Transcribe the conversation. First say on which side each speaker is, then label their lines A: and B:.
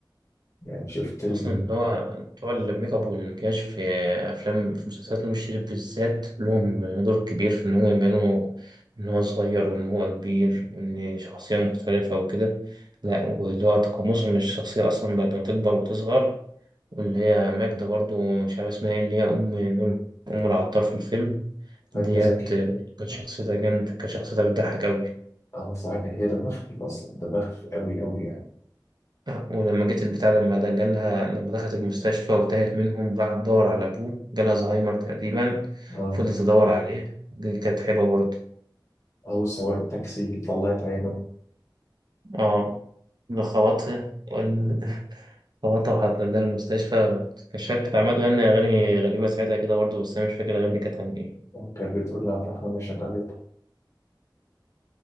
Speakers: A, on the left; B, on the right.
A: يعني شفت الباك
B: اصلا اللي هو بتوع الميك اب والمكياج في افلام في مسلسلات نور الشريف بالذات لهم دور كبير في ان هم يبانوا ان هو صغير وان هو كبير وان شخصيه مختلفه وكده لا واللي هو تقمصهم للشخصيه اصلا بعد ما تكبر وتصغر واللي هي ماجدة برضو مش عارف اسمها ايه اللي هي ام نور ام العطار في الفيلم ديت
A: ده ذكي
B: كانت
A: <laughs>
B: شخصيتها جامده كانت شخصيتها بتضحك قوي
A: أه صح هي دماغها خفيف أصلا دماغها خفيف قوي قوي يعني
B: آه، ولما جيت البتاع لما ده جالها لما دخلت المستشفى وتاهت منهم راحت تدور على أبوه جالها الزهايمر تقريبا
A: اه
B: فضلت تدور اه عليه دي كانت حلوة برضه
A: أو سواق التاكسي اللي طلعت عينه
B: اه ده خبطها وال- <laughs> خبطها وحط لها المستشفى كشكت كانت عمالة تغني أغاني غريبة ساعتها كده برضه بس أنا مش فاكر الأغاني دي كانت عن إيه
A: كانت بتقول لها عبد الرحمن يا شغالة